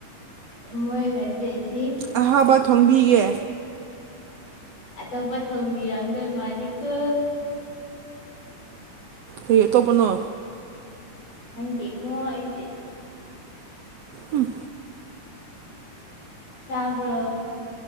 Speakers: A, on the left (about 80°); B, on the right (about 80°).
A: ꯊꯝꯕꯣꯏꯒꯥꯏꯦꯦ
B: ꯑꯍꯥꯎꯕ ꯊꯣꯡꯕꯤꯒꯦ
A: ꯑꯇꯣꯞꯄ ꯊꯣꯡꯕꯤꯔꯝꯗꯣꯏ ꯃꯥꯖꯤꯀ
B: ꯍ ꯇꯣꯄꯅꯣ
A: ꯈꯪꯇꯦ ꯀꯣꯥꯏꯗꯦ
B: ꯎꯝ
A: ꯇꯕꯣ